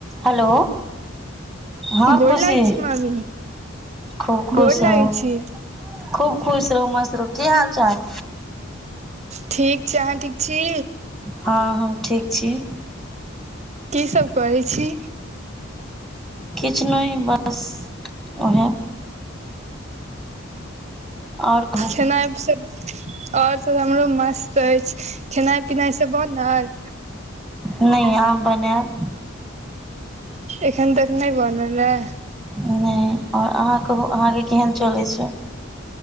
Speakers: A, in the centre; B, on the right.
A: hello हँ
B: गोर
A: खुशी
B: लागै छी मामी
A: खूब खुश
B: गोर
A: रहू
B: लागै छी
A: खूब खुश रहु मस्त रहु की हाल चाल
B: ठीक आहाँ ठीक छी
A: हँ हम ठीक छी
B: की सब करै छी
A: किछ ने बस वएह आओर कहू
B: खेनाय से और सब हमरो मस्त अछि खेनाई पिनाय से बनल
A: नइ आब बनैब
B: एखन तक नहि बनल हे
A: नहि आओर अहाँ कहू अहाँके केहन चलै छै